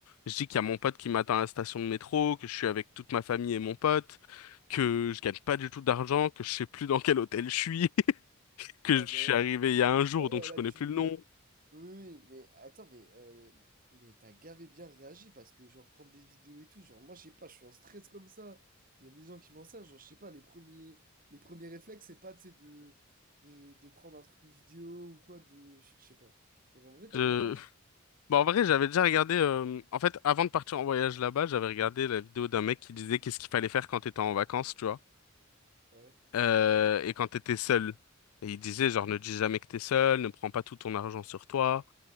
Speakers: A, on the left; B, on the right.
A: je dis qu'il y a mon pote qui m'attend à la station de métro, que je suis avec toute ma famille et mon pote, que je gagne pas du tout d'argent, que je sais plus dans quel hôtel je suis, <laughs> que
B: Ouais,
A: je suis
B: bah ouais.
A: arrivé il y a un jour,
B: Ah
A: donc
B: ouais,
A: je
B: là,
A: connais
B: tu,
A: plus
B: Oui,
A: le nom.
B: oui, oui, mais attends, mais, euh, mais t'as gavé bien réagi parce que, genre, prendre des vidéos et tout, genre, moi, je sais pas, je suis en stress comme ça. Il y a des gens qui m'en servent, genre, je sais pas, les premiers, les premiers réflexes, c'est pas, tu sais, de, de, de prendre un truc en vidéo ou quoi, de, je sais pas. Genre, en vrai, t'as
A: Je-
B: bien réagi.
A: Bon, en vrai, j'avais déjà regardé. euh, En fait, avant de partir en voyage là-bas, j'avais regardé la vidéo d'un mec qui disait qu'est-ce qu'il fallait faire quand t'étais en vacances, tu vois.
B: Ouais.
A: euh, et quand t'étais seul. Et il disait,
B: Ok.
A: genre, ne dis jamais que t'es seul, ne prends pas tout ton argent sur toi.